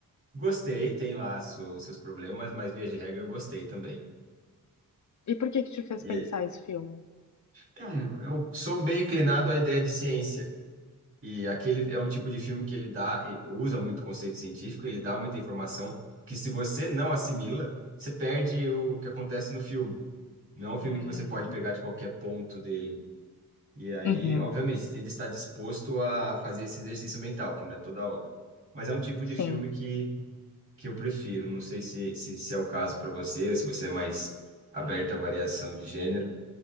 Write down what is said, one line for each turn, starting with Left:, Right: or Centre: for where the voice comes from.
Right: gostei, tem lá su- seus problemas, mas via de regra eu gostei também.
Left: E por que que te fez
Right: E
Left: pensar esse filme?
Right: é, eu sou bem inclinado à ideia de ciência. E aquele é um tipo de filme que ele dá, e usa muito conceito científico, ele dá muita informação que se você não assimila, você perde o que acontece no filme. Não é um filme
Left: Hum,
Right: que você pode pegar de qualquer ponto dele. E aí,
Left: uhum,
Right: obviamente, você tem que estar disposto a fazer esse exercício mental, que não é toda hora. Mas é um tipo de
Left: sim.
Right: filme que que eu prefiro. Não sei se, se, se é o caso para você, ou se você é mais aberta à variação de gênero.